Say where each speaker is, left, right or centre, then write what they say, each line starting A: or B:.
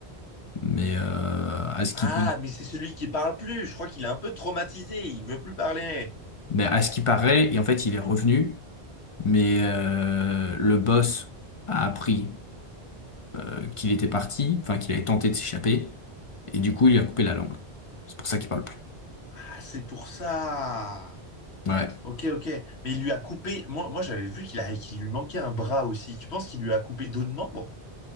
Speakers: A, on the left; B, on the left.
A: mais euh, à ce
B: Ah,
A: qui
B: mais c'est celui qui parle plus, je crois qu'il est un peu traumatisé, il veut plus parler.
A: mais à ce qui paraît, et en fait, il est revenu. Mais euh, le boss a appris euh, qu'il était parti, enfin qu'il avait tenté de s'échapper, et du coup il lui a coupé la langue. C'est pour ça qu'il parle plus.
B: Ah, c'est pour ça.
A: Ouais.
B: Ok, ok. Mais il lui a coupé, moi, moi j'avais vu qu'il a... qu'il lui manquait un bras aussi. Tu penses qu'il lui a coupé d'autres membres?